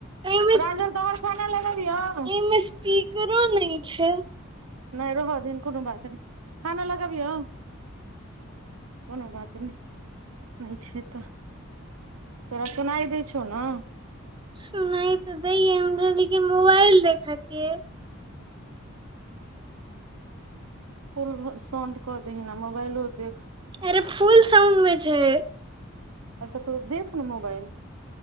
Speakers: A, on the right; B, on the right.
A: एमेस
B: प्रांजल
A: एहिमे
B: तोहर खाना लगबियौ
A: स्पीकरो नइ छैय
B: नाइ रहऽ दिहिन कोनो बात नइ खाना लगबियौ कोनो बात नइ नहि छै तऽ तोरा सुनाई देय छौ न
A: सुनाई ते दैये हमरा लेकिन मोबाइल देखेके ये
B: फुल साउन्ड क देहीन आ मोबइलो देख
A: अरे फुल साउंड मे छै
B: अच्छा तू देख न मोबाईल